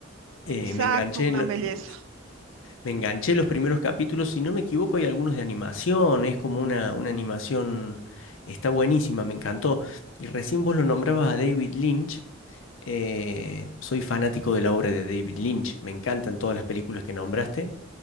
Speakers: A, on the left; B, on the right.
A: Eh,
B: Exacto,
A: me enganché
B: una
A: en lo-
B: belleza.
A: eh, Me enganché los primeros capítulos, si no me equivoco, hay algunos de animación, es como una, una animación, está buenísima, me encantó. Y recién vos lo nombrabas a David Lynch, eh, soy fanático de la obra de David Lynch, me encantan todas las películas que nombraste.